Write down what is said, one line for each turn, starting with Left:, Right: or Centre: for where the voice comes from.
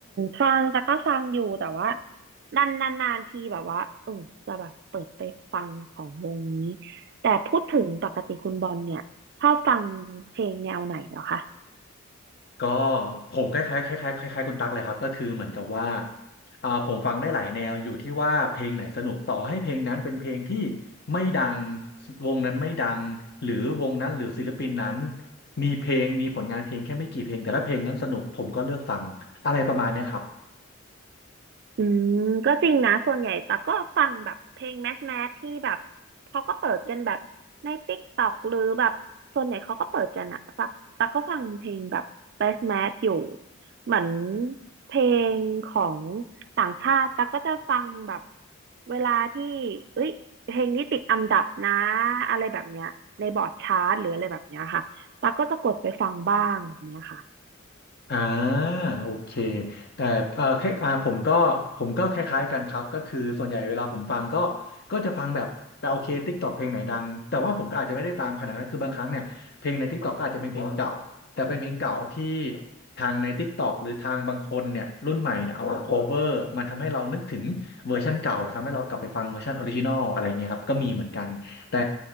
Right: ฟังแต่ก็ฟังอยู่แต่ว่านานนานนานทีแบบว่าเออจะแบบเปิดไปฟังของวงนี้แต่พูดถึงปกติคุณบอลเนี่ยชอบฟังเพลงแนวไหนเหรอคะ
Left: ก็ผมคล้ายๆคล้ายๆคล้ายๆคุณตั๊กเลยครับก็คือเหมือนกับว่าอ่าผมฟังได้หลายแนวอยู่ที่ว่าเพลงไหนสนุกต่อให้เพลงนั้นเป็นเพลงที่ไม่ดังวงนั้นไม่ดังหรือวงนั้นหรือศิลปินนั้นมีเพลงมีผลงานเพลงแค่ไม่กี่เพลงแต่ถ้าเพลงนั้นสนุกผมก็เลือกฟังอะไรประมาณเนี้ยครับ
Right: อืมก็จริงนะส่วนใหญ่แต่กก็ฟังแบบเพลงแมสแมสที่แบบเขาก็เปิดกันแบบในติ๊กต็อกหรือแบบส่วนใหญ่เขาก็เปิดกันอะฟังแต่กก็ฟังเพลงแบบแมสแมสอยู่เหมือนเพลงของต่างชาติแต่กก็จะฟังแบบเวลาที่เอ้ยเพลงนี้ติดอันดับนะอะไรแบบเนี้ยในบอร์ดชาร์ตหรืออะไรแบบเนี้ยค่ะแต่กก็จะกดไปฟังบ้างแบบเนี้ยค่ะ
Left: อ่าโอเคแต่เอ่อแค่อ่าผมก็ผมก็คล้ายๆกันครับก็คือส่วนใหญ่เวลาผมฟังก็ก็จะฟังแบบแต่โอเคทิกตอกเพลงไหนดังแต่ว่าผมก็อาจจะไม่ได้ตามขนาดนั้นคือบางครั้งเนี่ยเพลงในทิกตอกก็อาจจะเป็นเพลงเก่าแต่เป็นเพลงเก่าที่ทางในทิกตอกหรือทางบางคนเนี่ยรุ่นใหม่เนี่ยเอามาโคเวอร์มันทำให้เรานึกถึงเวอร์ชันเก่าทำให้เรากลับไปฟังเวอร์ชันออริจินอลอะไรเงี้ยครับก็มีเหมือนกันแต่